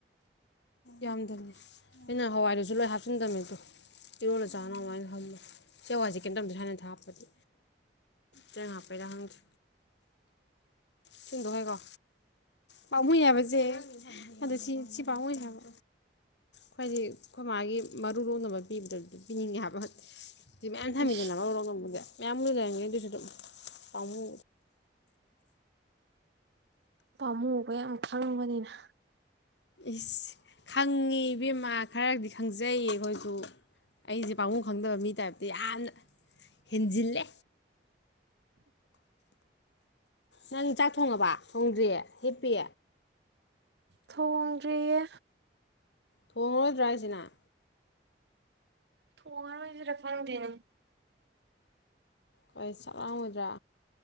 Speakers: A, on the left; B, on the right.
A: ꯌꯥꯝꯗꯝꯅꯦ ꯑꯩꯅ ꯍꯋꯥꯏꯗꯨꯁꯨ ꯂꯣꯏ ꯍꯥꯞꯆꯤꯟꯗꯝꯅꯦ ꯇꯨ ꯏꯔꯣꯜꯂ ꯆꯥꯅꯃꯥꯏꯅ ꯊꯝꯕ ꯁꯤ ꯍꯋꯥꯏꯁꯦ ꯀꯦꯝꯇꯧꯗꯦ ꯍꯥꯟꯅꯗ ꯍꯥꯞꯄꯗꯤ ꯆꯦꯔꯪ ꯍꯥꯞꯄꯩꯗ ꯈꯪꯗꯦ ꯁꯤꯍꯨꯟꯗꯣꯛꯈ꯭ꯔꯒꯦꯀꯣ ꯄꯥꯝꯃꯨꯏ ꯍꯥꯏꯕꯁꯦ ꯑꯗꯨ ꯁꯤ ꯁꯤ ꯄꯥꯝꯃꯨꯏ ꯍꯥꯏꯕ ꯈꯣꯏꯗꯤ ꯈꯣꯏꯃꯥꯒꯤ ꯃꯔꯨ ꯂꯣꯛꯅꯕ ꯄꯤꯕꯗꯗꯤ ꯄꯤꯅꯤꯡꯉꯦ ꯍꯥꯏꯕ ꯁꯤ ꯃꯌꯥꯝ ꯊꯝꯃꯤꯗꯅ
B: ꯏꯁ
A: ꯃꯔꯨ ꯂꯣꯛꯅꯕꯨꯗꯤ ꯃꯌꯥꯝꯗꯤ ꯂꯩꯔꯝꯒꯤꯅꯤ ꯑꯗꯨꯏꯁꯨ ꯑꯗꯨꯝ ꯄꯥꯝꯃꯨ
B: ꯄꯥꯝꯃꯨꯕ ꯌꯥꯝ ꯈꯪꯕꯅꯤꯅ
A: ꯏꯁ ꯈꯪꯉꯤ ꯏꯕꯦꯝꯃꯥ ꯈꯔꯗꯤ ꯈꯪꯖꯩꯌꯦ ꯑꯩꯈꯣꯏꯁꯨ ꯑꯩꯁꯦ ꯄꯥꯃꯨꯕ ꯈꯪꯗꯕ ꯃꯤ ꯇꯥꯏꯞꯇ ꯌꯥꯝꯅ ꯍꯦꯟꯖꯤꯜꯂꯦ ꯅꯪ ꯆꯥꯛ ꯊꯣꯡꯉꯕ ꯊꯣꯡꯗ꯭ꯔꯤ ꯍꯤꯞꯄꯤ
B: ꯊꯣꯡꯗ꯭ꯔꯤꯌꯦ
A: ꯊꯣꯡꯉꯔꯣꯏꯗ꯭ꯔꯥ ꯍꯥꯏꯁꯦ ꯅꯪ
B: ꯊꯣꯡꯉꯔꯣꯏꯁꯤꯔ ꯈꯪꯗꯦꯅꯦ
A: ꯍꯣꯏ ꯆꯥꯛꯂꯥꯝꯃꯣꯏꯗ꯭ꯔꯥ